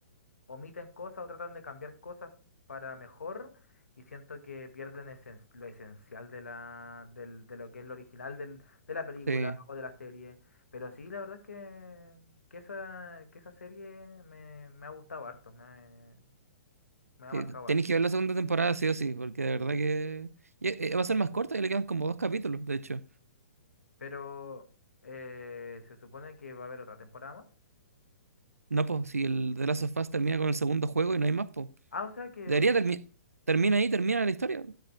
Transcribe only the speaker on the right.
Sí.
Sí,
Tenéis
que ver la segunda temporada, sí o sí, porque de verdad que y, eh, va a ser más corta y le quedan como dos capítulos, de hecho.
No, pues, si el The Last of Us termina con el segundo juego y no hay más, pues.
Debería terminar. Termina ahí, termina la historia.